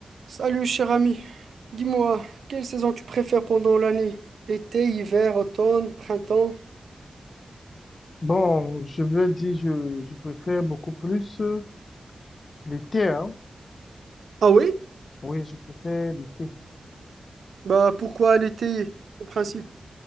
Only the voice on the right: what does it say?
Salut cher ami, dis-moi, quelle saison tu préfères pendant l'année? Été, hiver, automne, printemps?
Ah oui?
Bah pourquoi l'été, en principe?